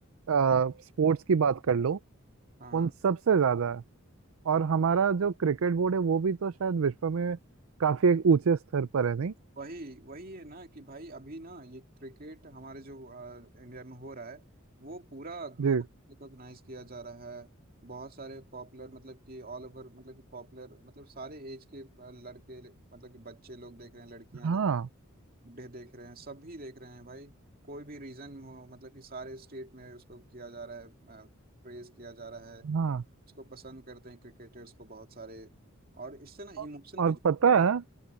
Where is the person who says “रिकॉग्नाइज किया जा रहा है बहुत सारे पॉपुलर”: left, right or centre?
Right